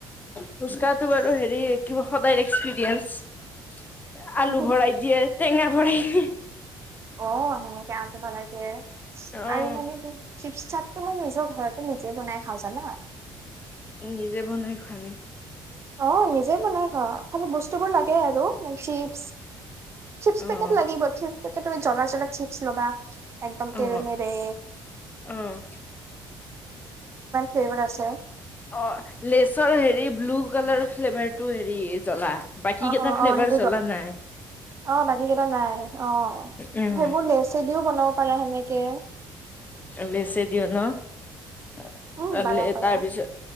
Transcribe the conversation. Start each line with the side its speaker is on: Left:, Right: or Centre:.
Left: ফুচকাটো বাৰু সদাই এক্সপ্ৰিয়েন্স। আলু
Right: অ
Left: ভৰাই দিয়ে টেঙা ভৰাই দিয়ে।
Right: অ' সেনেকে আম টো বনাইছে
Left: অ',
Right: আৰু মানে কি ছিবচাটো মই নিজৰ ঘৰতে নিজে বনাই খাওঁ জানা।
Left: উ নিজে বনাই খোৱা নি।
Right: অ' নিজে বনাই খাও। খালি বস্তু বোৰ লাগে আৰু। চিপ চিপ
Left: অ',
Right: পেকেট লাগিব চিপ পেকেট জলা জলা চিপ লবা। একদম তেৰে
Left: অ',
Right: মেৰে
Left: অ',
Right: <unintelligible>
Left: অ' লেচৰ হেৰি ব্লু কালাৰ ফ্লেভাৰটো হেৰি বাকী
Right: অ
Left: কেইটা
Right: অ
Left: ফ্লেভাৰ
Right: অ সেইটো
Left: জলা
Right: জ-
Left: নাই।
Right: অ' বাকী কেইটা নাই অ'
Left: উম,
Right: সেইবোৰ লেচেদিও বনাব পাৰে সেনেকে।
Left: লেছে দিঅ ন।
Right: উম বাৰা পাৰা
Left: তাৰপিছত